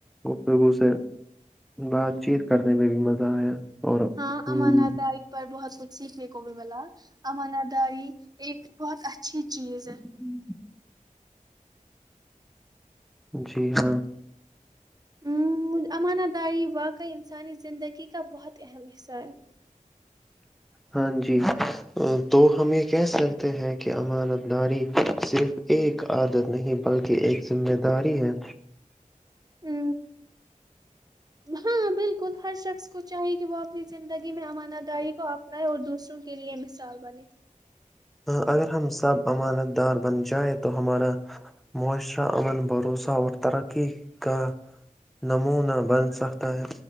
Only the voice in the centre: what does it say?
گفتگو سے بات چیت کرنے میں بھی مزہ آیا اور
ہم،
ہوں جی ہاں
ہاں جی تو ہم یہ کہہ سکتے ہیں کہ امانت داری صرف ایک عادت نہیں بلکہ ایک ذمہ داری ہے
ہ اگر ہم سب امانت دار بن جائے تو ہمارا معاشرہ امن بھروسہ اور ترقی کا نمونہ بن سکتا ہے